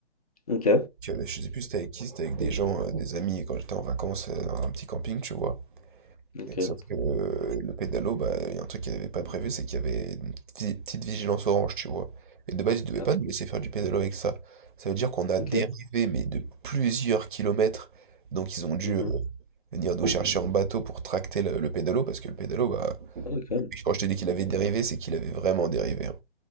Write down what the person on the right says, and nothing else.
que bah, je sais plus c'était avec qui, c'était avec des gens, euh, des amis, quand j'étais en vacances euh, dans un petit camping, tu vois.
Et sauf que euh, le pédalo, bah, il y a un truc qu'ils n'avaient pas prévu, c'est qu'il y avait une petite, petite vigilance orange, tu vois. Et de base, ils ne devaient
pas nous laisser faire du pédalo avec ça. Ça veut dire qu'on a
dérivé, mais de plusieurs kilomètres. Donc ils ont dû
euh, venir nous chercher en bateau pour tracter le, le pédalo, parce que le pédalo, bah,
quand je te dis qu'il avait dérivé, c'est qu'il avait vraiment dérivé. hein.